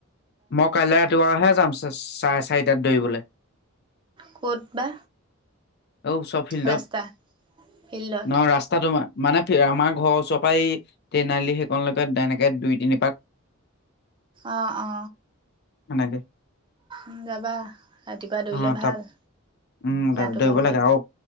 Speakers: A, on the left (about 50°); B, on the right (about 20°).
A: মই কাইলে ৰাতিপুৱাহে যাম। চাৰে চাৰিটাত দৌৰিবলে।
B: ক'ত বা?
A: ঔ ওচৰৰ ফিল্ডত,
B: ৰাস্তা ফিল্ডত
A: নহ ৰাস্তা তোমাৰ। মানে আমাৰ ঘৰৰ ওচৰ পা এই ট্ৰেন আলি সেইকন লৈকে তেনেকে দুই তিনি পাক
B: অ অ।
A: হয় নে।
B: উম যাবা, ৰাতিপুৱা দৌৰিলে
A: অ',
B: ভাল।
A: তাত উম
B: গাটো
A: দে দৌৰিব
B: ভাল
A: লাগে আৰু